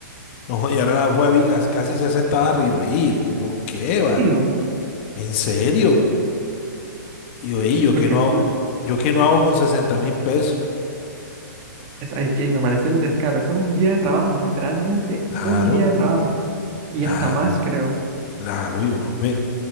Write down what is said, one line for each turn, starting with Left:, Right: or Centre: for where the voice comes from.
Left: No, y ahora la fue a vi casi, casi 60 barras. Y yo, ey, ¿esto por qué, vale?
Right: ¿En serio?
Left: ¿En serio? Y yo, ey, ¿yo
Right: Porque
Left: qué no
Right: soy
Left: hago,
Right: una-
Left: yo qué no hago con sesenta mil pesos?
Right: es, ay, que me parece el descaro. Eso es un día de trabajo, literalmente
Left: Claro,
Right: un día de trabajo. Y
Left: claro,
Right: hasta más, creo.
Left: claro, y yo no ve.